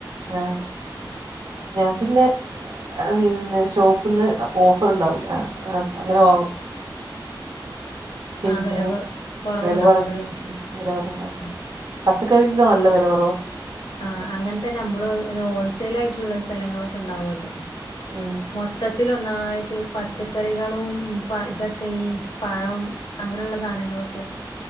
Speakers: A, on the right (about 55°); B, on the left (about 70°).
A: ആഹ് ഞാക്കിന്ന് ആഹ് പിന്നെ ഷോപ്പ്ന്ന് ഓഫർ ണ്ടാവുലെ ആഹ് ആഹ് അങ്ങനെ വാങ്ങും. പിന്നെ
B: ആ വില കൊ
A: <unintelligible>
B: കുറവുണ്ടാവുമ്പോലേ ഉം
A: പച്ചക്കറിക്ക നല്ല വെല കൊറവ.
B: ആഹ് അങ്ങൻതന്നെ നമ്മള് ഹോൾസെയിൽ ആയിട്ട്ള്ള സ്ഥലങ്ങളൊക്കെ ണ്ടാവുല്ലോ.
A: ആഹ്
B: മൊത്തത്തിൽ ഒന്നായിട്ട് പച്ചക്കറികളും പ ഇതൊക്കെ ഈ പഴം അങ്ങനെള്ള സാനങ്ങളൊക്കെ